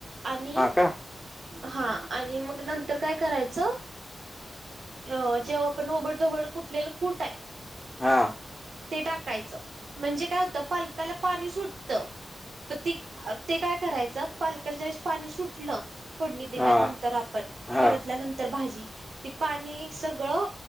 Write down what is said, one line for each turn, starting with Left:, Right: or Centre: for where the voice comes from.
Right: आणि.
Centre: हा का
Right: हा आणि मग नंतर काय करायचं अ जेव्हा. पण उबड ोबड कुठलेलं कुठ आहे.
Centre: हा.
Right: ते टाकायचं म्हणजे काय होतं पालकाला पाणी सुटतं. प त ते काय करायचं पालकला ज्यावेळेस पाणी सुटलं. फोडणी दिल्यानंतर
Centre: हा
Right: आपण
Centre: हा
Right: परतल्यानंतर भाजी ती पाणी सगळं.